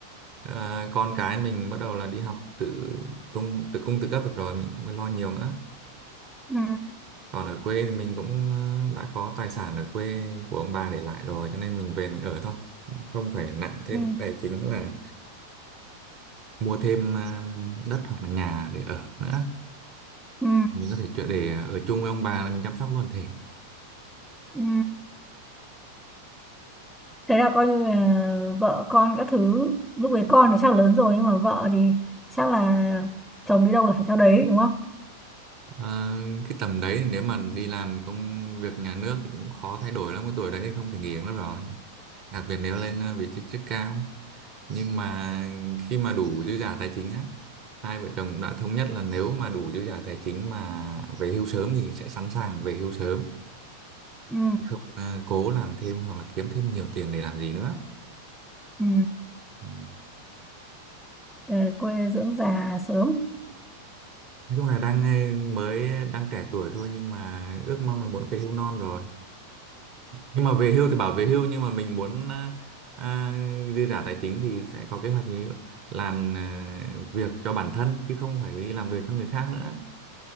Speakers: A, on the right (about 40°); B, in the centre.
A: à, con cái mình bắt đầu là đi học tự tung tự cung tự cấp được rồi mình không phải lo nhiều nữa
B: ừ
A: còn ở quê thì mình cũng ờ, đã có tài sản ở quê của ông bà để lại rồi cho nên mình về mình ở thôi không phải nặng thêm
B: ừ
A: tài chính là mua thêm ờ, đất hoặc là nhà để ở nữa
B: ừ
A: mình có thể trở để ở chung với ông bà là mình chăm sóc luôn thể
B: ừ thế là coi như là vợ con các thứ lúc đấy con thì chắc là lớn rồi nhưng mà vợ thì chắc là chồng đi đâu là phải theo đấy đúng không
A: À, cái tầm đấy thì nếu mà đi làm công việc nhà nước thì cũng khó thay đổi lắm cái tuổi đấy thì không thể nghỉ nữa rồi đặc biệt nếu lên ờ, vị trí chức cao nhưng mà khi mà đủ dư giả tài chính á hai vợ chồng cũng đã thống nhất là nếu mà đủ dư giả tài chính mà về hưu sớm thì sẽ sẵn sàng về hưu sớm
B: ừ
A: Chứ không ờ, cố làm thêm hoặc là kiếm thêm nhiều tiền để làm gì nữa
B: ừ
A: Ừ.
B: về quê dưỡng già sớm
A: nói chung là đang ờ, mới ờ, đang trẻ tuổi thôi nhưng mà ước mong là muốn về hưu non rồi nhưng mà về hưu thì bảo về hưu nhưng mà mình muốn à, à, dư giả tài chính thì sẽ có kế hoạch ví dụ làm à, việc cho bản thân chứ không phải đi làm việc cho người khác nữa